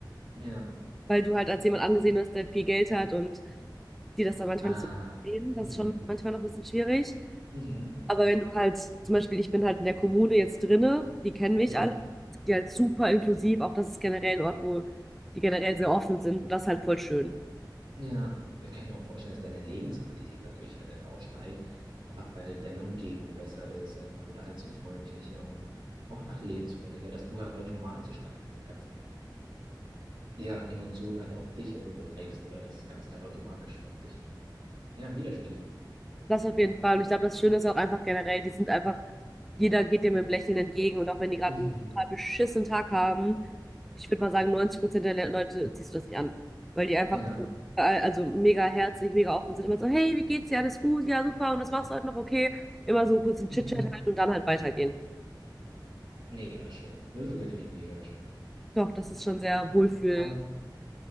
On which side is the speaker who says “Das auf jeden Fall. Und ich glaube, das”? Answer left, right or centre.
Centre